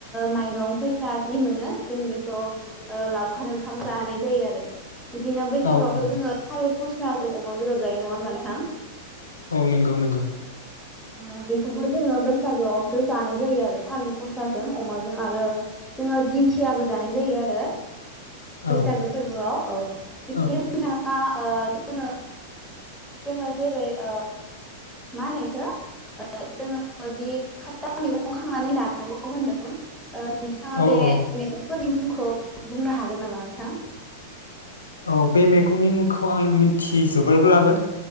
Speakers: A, in the centre; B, on the left (about 75°).
A: माइरं फैसा जि मोनो जों बेखौ लावखार ओंखाम जाहोनाय जायो आरो बिदिनो बैसागोआवथ'
B: औ औ
A: जोङो थालिर जोंहा अमा बेदर जायो नङा होनबा नोंथा?
B: औ नंगौ नंगौ।
A: ओ बेखौबो जोङो बैसागोआवसो जानाय जायो आरो थालिर फसाजों अमाजों आरो जोङो दिंखियाबो जानाय जायो आरो
B: औ
A: बैसागो फोरबोआव औ बिदिनो
B: औ
A: नोंथाङा ओ जोङो जोङो जेरै ओ मा होनो इखो जोङो जि खातथा मेगं खांनानै जानांगौ होनदों नोंथाङा
B: औ
A: बे
B: औ
A: फोरनि मुंखौ बुंनो हागोन नामा नोंथां?
B: औ बे मैगंनि मुंखौ आङो मिथिजोबबोब्लाबो